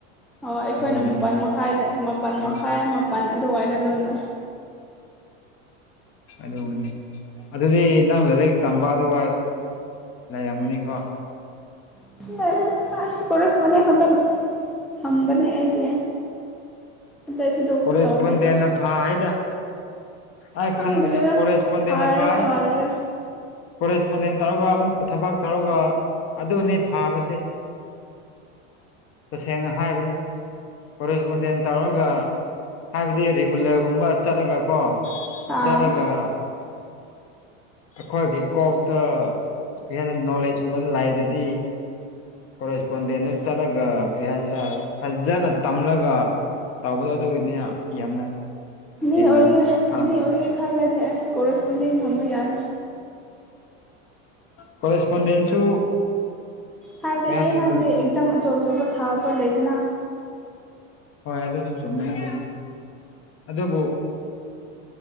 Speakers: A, in the centre; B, on the left.
A: ꯑꯣ ꯑꯩꯈꯣꯏꯅ
B: ꯑꯗꯨꯒꯤꯅꯤ
A: ꯃꯥꯄꯜ ꯃꯈꯥꯏꯗ ꯃꯥꯄꯜ
B: ꯑꯩꯁ
A: ꯃꯈꯥꯏ ꯃꯥꯄꯜ ꯑꯗꯨꯋꯥꯏꯗ ꯂꯣꯟꯕ
B: ꯑꯗꯨꯕꯨꯅꯤ ꯑꯗꯨꯗꯤ ꯅꯪ ꯂꯥꯂꯤꯛ ꯇꯝꯕ ꯑꯗꯨꯋꯥꯏ ꯂꯩꯔꯝꯒꯥꯅꯤꯀꯣ
A: <unintelligible> ꯑꯁ ꯀꯣꯔꯁꯄꯣꯟꯗꯦꯟ ꯈꯛꯇꯪ ꯊꯝꯕꯅꯦ ꯑꯩꯗꯤ ꯑꯇꯩ ꯊꯣꯏꯗꯣꯛꯄ
B: ꯀꯣꯔꯦꯖ
A: ꯇꯧꯗꯦꯕ
B: ꯄꯣꯟꯗꯦꯟꯅ ꯐꯥꯏꯗ ꯑꯩ
A: ꯈꯪꯗ꯭ꯔꯦꯗ
B: ꯈꯥꯟꯒꯥꯅꯤ ꯀꯣꯔꯦꯖ ꯄꯣꯟꯗꯦꯟꯅ
A: ꯐꯥꯔꯤꯔꯥ
B: ꯐꯥꯏ
A: ꯐꯥꯗ꯭ꯔꯤꯔꯥ
B: ꯀꯣꯂꯦꯖ ꯄꯣꯟꯗꯦꯟ ꯇꯧꯔꯒꯥ ꯑꯃꯨꯛꯀꯥ ꯊꯕꯛ ꯇꯧꯔꯒ ꯑꯗꯨꯅꯤ ꯐꯥꯕꯁꯦ ꯇꯥꯁꯦꯡꯅ ꯍꯥꯏꯕꯅꯤ ꯀꯣꯔꯦꯁꯄꯣꯟꯗꯦꯟ ꯇꯧꯔꯒ ꯍꯥꯏꯕꯗꯤ ꯔꯤꯒꯨꯂꯔꯒꯨꯝꯕ ꯆꯠꯂꯒꯥ ꯀꯣ
A: ꯑꯥ
B: ꯆꯠꯂꯒꯥ ꯑꯈꯣꯏꯒꯤ ꯀꯣꯛꯇꯥ ꯀꯩ ꯍꯥꯏꯗ ꯅꯣꯂꯦꯖꯀꯨꯝꯕ ꯂꯩꯔꯥꯗꯤ ꯀꯣꯔꯦꯁꯄꯣꯟꯗꯦꯟꯗꯣ ꯆꯠꯂꯒꯥ ꯀꯩ ꯍꯥꯏꯁꯤꯔꯥ ꯐꯖꯅ ꯇꯝꯂꯒꯥ ꯇꯥꯎꯕꯗꯣ ꯑꯗꯨꯒꯤꯅꯤ ꯌꯥꯝꯅ
A: ꯃꯤ
B: ꯍꯦꯟꯅ
A: ꯑꯣꯏꯒꯦ
B: ꯐꯥꯕꯅꯤ
A: ꯃꯤ ꯑꯣꯏꯒꯦ ꯈꯜꯂꯗꯤ ꯑꯁ ꯀꯣꯔꯦꯁꯄꯣꯟꯗꯤꯡ ꯊꯝꯕ ꯌꯥꯗꯦ
B: ꯀꯣꯔꯦꯁꯄꯣꯟꯗꯦꯟꯁꯨ
A: ꯍꯥꯏꯕꯗꯤ
B: ꯀꯔꯤ ꯍꯥꯏꯁꯤꯔ
A: ꯑꯩ ꯍꯥꯏꯕꯗꯤ ꯑꯦꯛꯖꯥꯝ ꯑꯆꯧ ꯑꯆꯧꯕ ꯊꯥꯕ ꯂꯩꯗꯅ
B: ꯍꯣꯏ ꯑꯗꯨꯗꯣ ꯆꯨꯝꯃꯦ ꯑꯗꯨ ꯑꯗꯨꯕꯨ